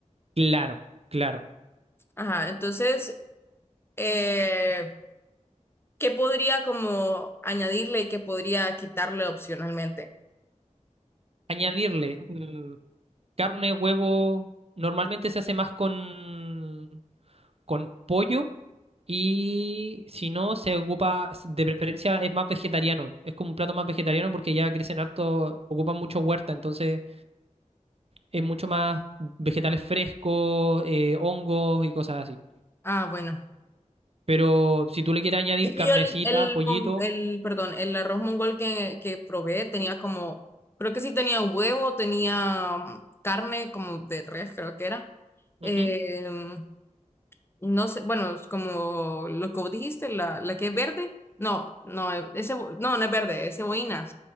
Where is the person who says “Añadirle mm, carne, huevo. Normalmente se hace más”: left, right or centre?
Right